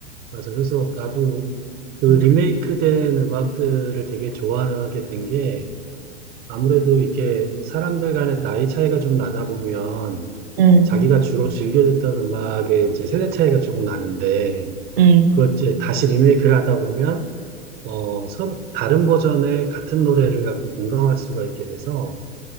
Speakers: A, on the right; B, on the right.
A: 맞아. 그래서 나도 그
B: 음,
A: 리메이크된 음악들을 되게 좋아하게 된 게 아무래도 이렇게 사람들 간의 나이 차이가 좀 나다 보면
B: 음,
A: 자기가 주로 즐겨 듣던 음악의 이제 세대 차이가 조금 나는데
B: 음.
A: 그걸 이제 다시 리메이크를 하다 보면 어, 서로 다른 버전의 같은 노래를 갖고 공감할 수가 있게 돼서